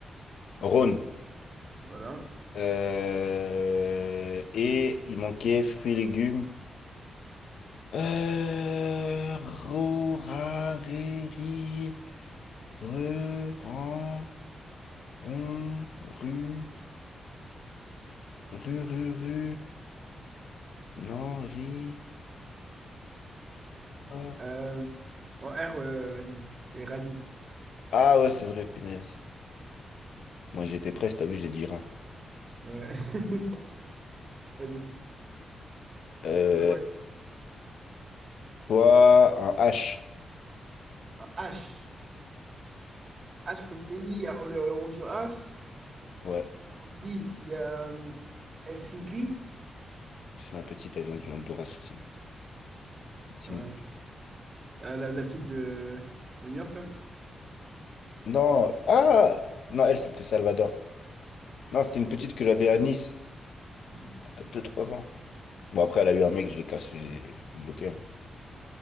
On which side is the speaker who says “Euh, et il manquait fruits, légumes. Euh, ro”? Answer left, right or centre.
Left